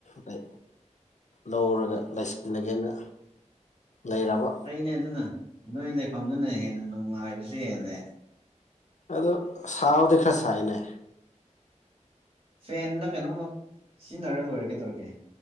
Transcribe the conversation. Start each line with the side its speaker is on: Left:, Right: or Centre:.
Left: ꯑꯥ ꯂꯩ ꯂꯧꯔꯒ ꯂꯩꯁꯤꯜꯂꯒꯦꯅ ꯂꯩꯔꯕ
Right: ꯐꯩꯅꯦ ꯑꯗꯨꯅ ꯅꯣꯏ ꯂꯩꯐꯝꯗꯨꯅ ꯍꯦꯟꯅ ꯅꯨꯡꯉꯥꯏꯕꯁꯨ ꯍꯦꯜꯂꯦ
Left: ꯑꯗꯨ ꯁꯥꯎꯗꯤ ꯈꯔ ꯁꯥꯏꯅꯦ
Right: ꯐꯦꯟꯂ ꯀꯩꯅꯣꯝꯃ ꯆꯤꯟꯅꯔ ꯂꯣꯏꯔꯦ ꯀꯩꯗꯧꯔꯒꯦ